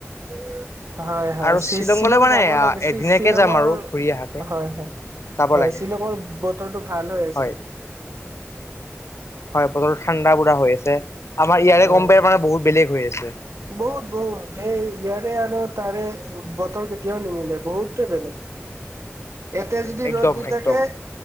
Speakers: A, on the right; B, on the left.
A: <inaudible> হয় হয়
B: আৰু
A: শি-শ্বিলং
B: শ্বিলং গলে মানে
A: যাব লাগে, শি-শ্বিলঙৰ
B: এদিনাকে যাম আৰু ঘূৰি অহাকে
A: হয় হয়।
B: যাব
A: হয়
B: লাগে
A: শ্বিলঙৰ বতৰটো ভাল হৈ আছে।
B: হয় হয়, বতৰ ঠাণ্ডা পুৰা হৈ আছে, আমাৰ ইয়াৰে
A: হয়
B: কম্পেয়াৰ মানে বহুত বেলেগ হৈ আছে।
A: বহুত বহুত, এই, ইয়াৰে আৰু তাৰে বতৰ কেতিয়াও নিমিলে, বহুতে বেলেগ।
B: নিমিলে
A: এতিয়া যদি
B: একদম
A: ৰ'দ দি
B: একদম
A: থাকে